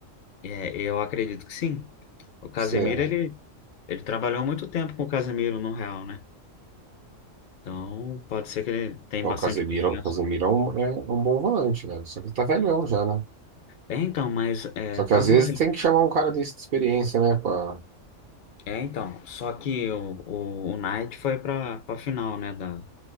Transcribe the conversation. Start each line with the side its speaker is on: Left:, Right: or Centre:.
Left: É, eu acredito que sim. O Casemiro,
Right: Será?
Left: ele, ele trabalhou muito tempo com o Casemiro no Real, né? Então, pode ser que ele tenha
Right: O
Left: bastante
Right: Casemiro,
Left: confiança.
Right: o Casemiro é um, é um bom volante, né? Só que ele tá velhão já, né?
Left: É, então, mas é,
Right: Só
Left: tá
Right: que às
Left: velho.
Right: vezes tem que chamar um cara desse de experiência, né? Pra...
Left: É, então, só que o, o, o Knight foi pra, pra final, né? Da,